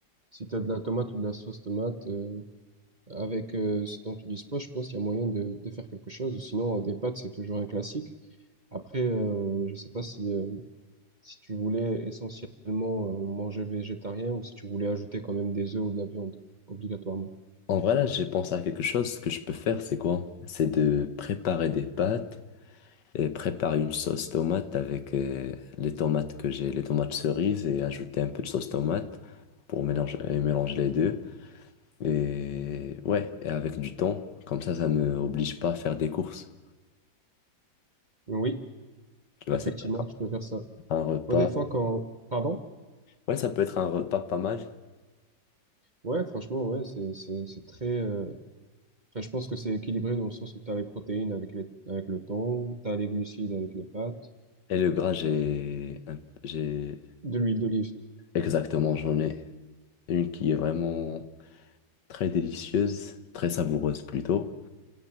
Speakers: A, on the right (about 30°); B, on the left (about 70°).
A: si tu as de la tomate ou de la sauce tomate. euh, avec euh, ce dont tu disposes, je pense qu'il y a moyen de, de faire quelque chose. Ou Sinon, euh, des pâtes, c'est toujours un classique. Après, euh, je sais pas si... euh, si tu voulais essentiellement euh, manger végétarien ou si tu voulais ajouter quand même des œufs ou de la viande, obligatoirement.
B: En vrai, là, j'ai pensé à quelque chose. Ce que je peux faire, c'est quoi? C'est de préparer des pâtes et préparer une sauce tomate avec euh, les tomates que j'ai, les tomates cerises et ajouter un peu de sauce tomate pour mélanger, et mélanger les deux. Et ouais, et avec du thon, comme ça, ça me oblige pas à faire des courses.
A: Oui,
B: Tu vois,
A: effectivement,
B: ça peut être
A: tu peux faire ça.
B: un repas.
A: Moi, des fois, quand... Pardon?
B: Ouais, ça peut être un repas pas mal.
A: Ouais, franchement, ouais, c'est, c'est, c'est très... euh, enfin, je pense que c'est équilibré dans le sens où tu as les protéines avec les, avec le thon, tu as les glucides avec les pâtes,
B: Et le gras, j'ai, un- j'ai,
A: de l'huile d'olive.
B: exactement, j'en ai une qui est vraiment très délicieuse, très savoureuse plutôt.